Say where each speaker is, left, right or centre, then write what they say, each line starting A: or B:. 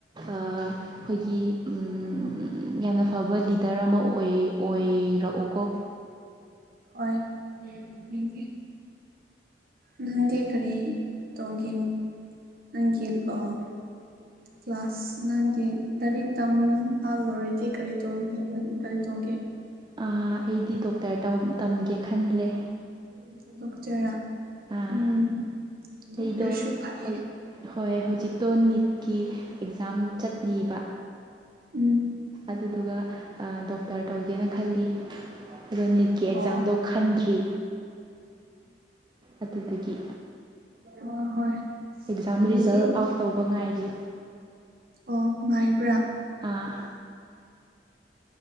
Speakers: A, on the right; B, on the right.
A: ꯑꯥ ꯑꯩꯈꯣꯏꯒꯤ ꯎꯝ ꯌꯥꯝꯅ ꯐꯕ ꯂꯤꯗꯔ ꯑꯃ ꯑꯣꯏ ꯑꯣꯏꯔꯛꯑꯣꯀꯣ
B: ꯍꯣꯏ <unintelligible> ꯅꯪꯗꯤ ꯀꯔꯤ ꯇꯧꯒꯦ ꯅꯪꯒꯤ ꯑꯣ
A: <inaudible>
B: ꯀ꯭ꯂꯥꯁ ꯅꯪꯒꯤ ꯂꯥꯏꯔꯤꯛ ꯇꯝꯕ ꯂꯣꯏꯔꯗꯤ ꯀꯔꯤ ꯇꯧꯔꯤꯒꯦ ꯀꯔꯤ ꯇꯧꯒꯦ
A: ꯑꯥ ꯑꯩꯗꯤ ꯗꯣꯛꯇꯔ ꯇꯧ ꯇꯝꯒꯦ ꯈꯜꯂꯦ
B: <inaudible> ꯎꯝ
A: ꯑꯥ
B: ꯑꯗꯨꯁꯨ
A: ꯑꯩꯗꯣ
B: ꯐꯩꯌꯦ
A: ꯍꯣꯏ ꯍꯧꯖꯤꯛꯇꯣ ꯅꯤꯠ ꯀꯤ ꯑꯦꯛꯖꯥꯝ ꯆꯠꯂꯤꯕ
B: ꯎꯝ
A: ꯑꯗꯨꯗꯨꯒ ꯑꯥ ꯗꯣꯛꯇꯔ ꯇꯧꯒꯦꯅ ꯈꯜꯂꯤ ꯑꯗꯣ ꯅꯤꯠꯀꯤ
B: ꯑꯣ
A: ꯑꯦꯛꯖꯥꯝꯗꯣ ꯈꯟꯗ꯭ꯔꯤ ꯑꯗꯨꯗꯨꯒꯤ
B: ꯑꯣ ꯍꯣꯏ
A: ꯑꯦꯛꯖꯥꯝ
B: ꯑꯗꯨꯗꯤ
A: ꯔꯤꯖꯜ ꯑꯥꯎꯠ ꯇꯧꯕ ꯉꯥꯏꯔꯤ
B: ꯑꯣ ꯉꯥꯏꯕ꯭ꯔꯥ
A: ꯑꯥ